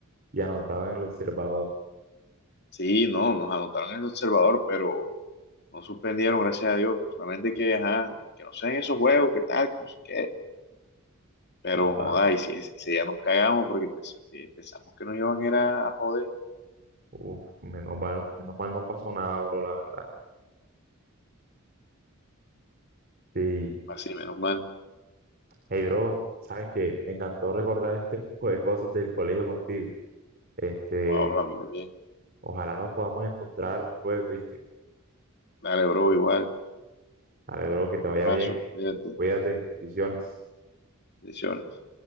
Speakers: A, on the right (about 45°); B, on the left (about 50°).
A: y anotado en el observador.
B: Sí, no, nos anotaron en el observador, pero no suspendieron, gracias a Dios. Solamente que, ajá, que no sean esos juegos, que tal, que no sé qué. Pero,
A: Oh, ah,
B: ay, sí, sí, sí, ya nos cagamos porque pens- que pensamos que nos iban era a joder.
A: uf, menos mal, menos mal no pasó nada, bro, la verdad. Sí.
B: Así, menos mal.
A: Hey, bro, sabes que me encantó recordar este poco de cosas del colegio contigo. Este,
B: Wow, a mí también.
A: ojalá nos podamos encontrar luego, ¿viste?
B: Dale, bro, igual.
A: Dale, bro, que te
B: Un
A: vaya
B: abrazo,
A: bien.
B: cuídate.
A: Cuídate, bendiciones.
B: Bendiciones.